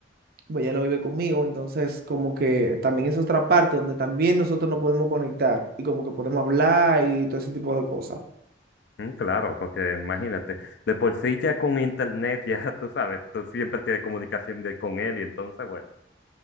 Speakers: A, on the right (about 55°); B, on the left (about 65°).
A: pues, ya lo vive conmigo, entonces como que también es otra parte donde también nosotros nos podemos conectar y como que podemos hablar y todo ese tipo de cosas.
B: Mm, claro, porque imagínate, de por sí ya con internet, ya <laughs> tú sabes, tú siempre tienes comunicación de- con él y entonces, bueno,